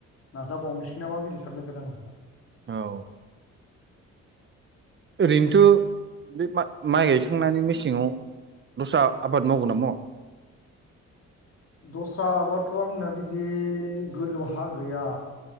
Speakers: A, on the left (about 50°); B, on the right (about 40°).
A: नाजाबावनोसै नामा बिदि सानबाय थादों आं।
B: औ। ओरैनोथ' बे माइ गायखांनानै मेसेङाव दस्रा आबाद मावगोना मावा?
A: दस्रा आबादथ' आंना बिदि गोजौ हा गैया।